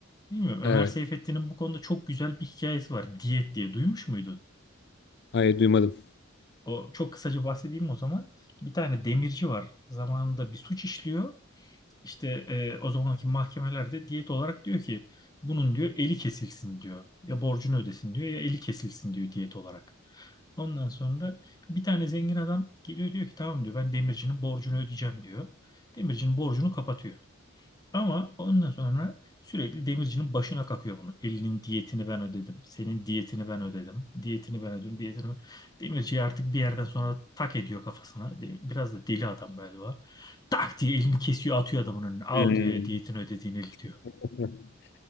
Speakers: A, on the left (about 20°); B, on the left (about 55°).
A: bilmiyorum. Ömer
B: Evet.
A: Seyfettin'in bu konuda çok güzel bir hikayesi var. Diyet diye duymuş muydun?
B: Hayır duymadım.
A: O çok kısaca bahsedeyim o zaman. Bir tane demirci var. Zamanında bir suç işliyor. İşte e, o zamanki mahkemelerde diyet olarak diyor ki bunun diyor eli kesilsin diyor. Ya borcunu ödesin diyor ya eli kesilsin diyor diyet olarak. Ondan sonra bir tane zengin adam geliyor diyor ki tamam diyor ben demircinin borcunu ödeyeceğim diyor. Demircinin borcunu kapatıyor. Ama ondan sonra sürekli demircinin başına kakıyor bunu. Elinin diyetini ben ödedim. Senin diyetini ben ödedim. Diyetini ben ödedim. Diyetini ben... Demirci artık bir yerden sonra tak ediyor kafasına. De- Biraz da deli adam galiba. Tak diye elini kesiyor atıyor adamın önüne. Al
B: Hmm.
A: diyor diyetini ödediğin eli diyor.
B: <laughs>